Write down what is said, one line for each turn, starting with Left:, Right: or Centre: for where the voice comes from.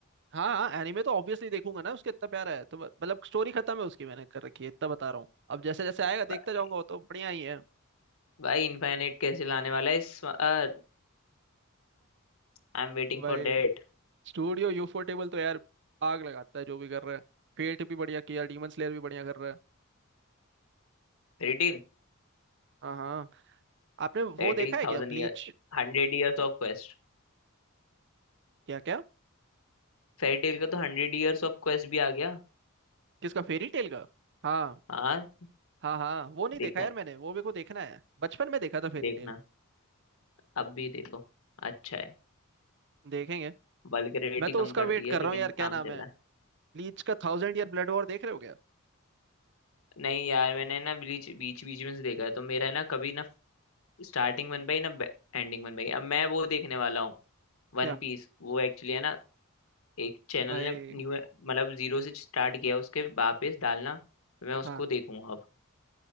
Right: हाँ हाँ एनीमे तो ऑब्वियसली देखूंगा ना उसके इतना प्यारा है तो म- मतलब स्टोरी खत्म है उसकी मैंने कर रखी है इतना बता रहा हूँ अब जैसे जैसे आएगा देखता
Left: बा-
Right: जाऊंगा वो तो बढ़िया ही है
Left: भाई इनफाइनाइट कैसे लाने वाला है इस बार? I am waiting
Right: भाई
Left: for date
Right: स्टूडियो यूफो टेबल तो यार आग लगाता है जो भी कर रहा है फेट भी बढ़िया किया डीमन स्लेयर भी बढ़िया कर रहा है
Left: रिटिल
Right: हाँ हाँ आपने
Left: रिटिल
Right: वो देखा है
Left: thousand
Right: क्या ब्लीच
Left: year hundred years of quest
Right: क्या क्या
Left: Fairy Tail का तो हंड्रेड इयर्स ऑफ क्वेस्ट भी आ गया
Right: किसका फेरी टेल का हाँ
Left: हाँ
Right: हाँ हाँ वो नहीं
Left: देखा
Right: देखा यार मैंने वो मेरे को देखना है बचपन में देखा था फेरी
Left: देखना
Right: टेल
Left: अब भी देखो अच्छा है
Right: देखेंगे
Left: वल्गैरिटी
Right: मैं तो
Left: कम
Right: उसका
Left: कर
Right: वेट
Left: दी है
Right: कर रहा
Left: लेकिन
Right: हूँ यार क्या
Left: काम
Right: नाम
Left: चला
Right: है ब्लीच का थाउजेंड ईयर ब्लड वॉर देख रहे हो क्या
Left: नहीं यार मैंने ना बीच बीच बीच में से देखा है तो मेरा ना कभी ना स्टार्टिंग बन पाई ना एंडिंग बन पाई अब मैं वो देखने वाला हूँ वन
Right: क्या
Left: पीस वो एक्चुअली है ना एक चैनल
Right: भाई
Left: ने न्यू मतलब जीरो से स्टार्ट किया उसके वापस डालना मैं उसको
Right: हाँ
Left: देखूंगा अब